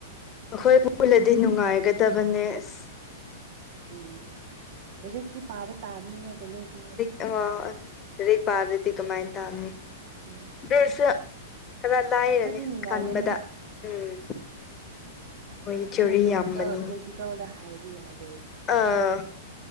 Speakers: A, on the left; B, on the right.
A: ꯑꯩꯣꯏ ꯄꯨꯜꯂꯗꯤ ꯅꯨꯡꯉꯥꯏꯒꯗꯕꯅꯦꯁ
B: ꯎꯝ ꯦꯛꯇꯤ ꯄꯥꯕ ꯇꯥꯕꯅꯤꯅ ꯀꯣꯂꯦꯖꯅꯤꯅ
A: ꯍ ꯑ ꯍꯔ ꯄꯥꯔꯗꯗꯤ ꯀꯃꯥꯏꯅ ꯇꯥꯔꯅꯤ
B: ꯎꯝ
A: ꯦꯁ ꯈꯔ ꯂꯥꯏꯔꯅꯤ
B: ꯈꯔꯗꯤ ꯅꯨꯡꯉꯥꯏꯒꯅꯤ
A: ꯈꯟꯕꯗ ꯎꯝ ꯃꯣꯏꯒꯤ ꯊꯤꯑꯣꯔꯤ
B: ꯑꯩꯣꯏ ꯄ꯭ꯔꯦꯛꯇꯤꯀꯦꯜ
A: ꯌꯥꯝꯕꯅꯤꯅ
B: ꯄ꯭ꯔꯦꯛꯇꯤꯀꯦꯜꯗ ꯍꯥꯏꯔꯤ ꯌꯥꯔ
A: ꯑꯥ